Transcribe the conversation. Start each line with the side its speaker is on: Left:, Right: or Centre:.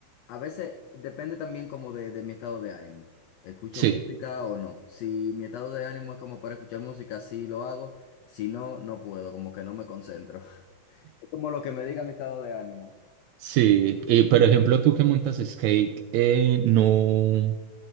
Left: a veces depende también como de, de mi estado de ánimo. ¿Escucho
Right: Sí,
Left: música o no? Si mi estado de ánimo es como para escuchar música, sí lo hago. Si no, no puedo, como que no me concentro. <laughs> Es como lo que me diga mi estado de ánimo.
Right: sí. Y por ejemplo, tú que montas skate, eh, ¿no,